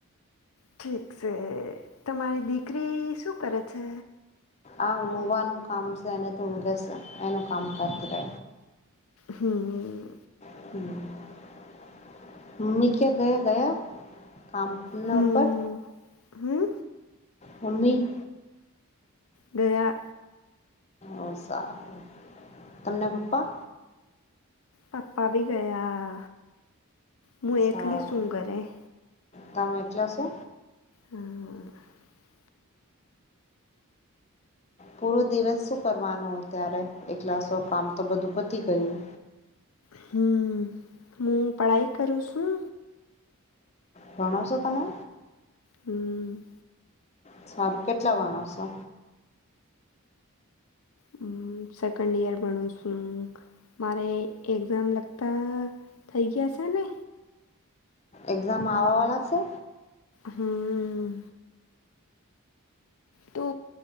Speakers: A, on the left (about 70°); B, on the left (about 30°).
A: ઠીક છે તમારી દીકરી શું કરે છે
B: આ ઊંઘવાનું કામ છે એને તો ઊંઘે છે એનું કામ કરે છે
A: હમ
B: હમ મમ્મી ક્યાં ગયા ગયા કામ
A: હમ
B: ઉપર
A: હમ
B: મમ્મી
A: ગયા
B: ઓ સારું તમને પપ્પા
A: પાપા ભી ગયા હું
B: સારું
A: એકલી સુંં ઘરે એ
B: તમે એકલા શો
A: હા
B: પૂરો દિવસ શું કરવાનો ત્યારે એકલાસો કામ તો બધું પતિ ગયું
A: હમ હું પઢાઈ કરું છું
B: ભણો શો તમે
A: હમ
B: સારું કેટલા વાણો છો
A: હમ સેકન્ડ ઈયર‌ ભણું છું મારે એક્ઝામ લગતા થઈ ગયા છે ને
B: એક્ઝામ આવવા વાળા‌ છે
A: હમ તો